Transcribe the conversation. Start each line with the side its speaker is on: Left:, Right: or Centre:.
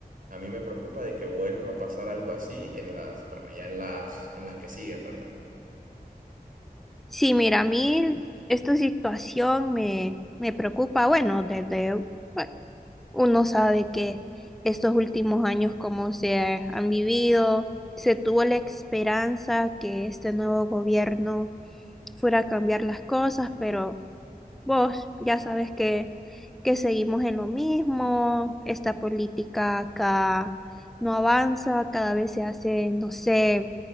Right: a mí me preocupa de que vuelva a pasar algo así en las, bueno, ya en las, en las que siguen, ¿verdad?
Centre: Sí, mira, a mí esta situación me, me preocupa. Bueno, desde, bueno, uno sabe que estos últimos años, como se han vivido, se tuvo la esperanza que este nuevo gobierno fuera a cambiar las cosas, pero vos ya sabes que, que seguimos en lo mismo, esta política acá no avanza, cada vez se hace, no sé,